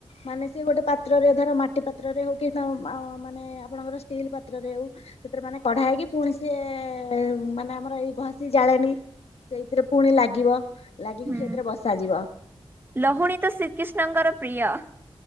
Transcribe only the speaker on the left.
ମାନେ ସିଏ ଗୋଟେ ପାତ୍ରରେ ଧର ମାଟି ପାତ୍ରରେ ହଉ କି <unintelligible> ଆପଣଙ୍କର ଷ୍ଟିଲ୍ ପାତ୍ରରେ ହଉ ସେଥିରେ ମାନେ କଢା ହେଇକି ପୁଣି ସେ ମାନେ ଆମର ଏଇ ଘଷି ଜାଳେନି ସେଇଥିରେ ପୁଣି ଲାଗିବ। ଲାଗିିକି
ସେଥିରେ ବସ ଯିବ।